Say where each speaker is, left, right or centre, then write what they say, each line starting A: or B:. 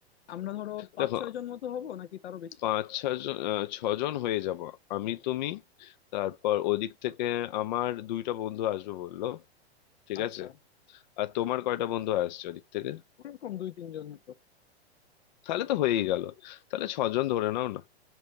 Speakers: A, on the left; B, on the left.
A: আমরা ধরো পাঁচ
B: দেখো
A: ছয় জন মতো হব নাকি তারও বেশি
B: পাঁচ ছজন আহ, ছজন হয়ে যাব আমি তুমি তারপর ওদিক থেকে আমার দুইটা বন্ধু আসবে বললো ঠিক
A: আচ্ছা
B: আছে আর তোমার কয়টা বন্ধু আসছে ওদিক থেকে
A: ওরকম দুই তিনজন হতো
B: তাহলে তো হয়েই গেল তাহলে ছজন ধরে নাও না